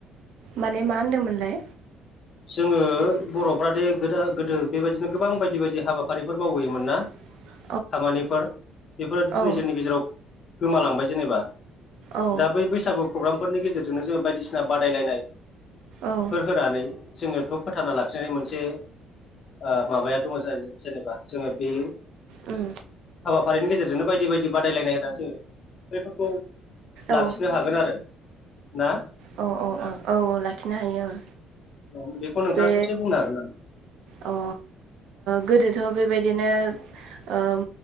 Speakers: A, on the right; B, on the left.
A: माने मा होन्दोंमोनलाय?
B: जोङो बर'फ्रा दे गोद गोदो बेबायदिनो गोबां बायदि बायदि हाबाफारिफोर मावबोमोन ना।
A: <inaudible>
B: खामानिफोर बेफोरो दिनै
A: औ
B: जोंनि गेजेराव गोमालांबाय जेनेबा।
A: औ
B: दा बै बैसागु प्रग्रामफोरनि गेजेरजोंनो जोङो बायदिसिना बादायलायनाय
A: औ ओं
B: फोर होनानै जोंङो बेखौ फोथांना लाखिनांगोन। थायनाय मोनसे ओ माबाया दङ जेनेबा जोंङो बे
A: उम।
B: हाबाफारिनि गेजेरजोंनो बायदि बायदि बादायलायनाय होननानै जोङो बैफोरखौ
A: औ
B: लाफिनो हागोन आरो ना?
A: औ औ औ औ औ लाखिनो हायो ओं।
B: <unintelligible>
A: बे
B: बुंनो हागोन
A: अ ओ गोदोथ' बेबायदिनो ओम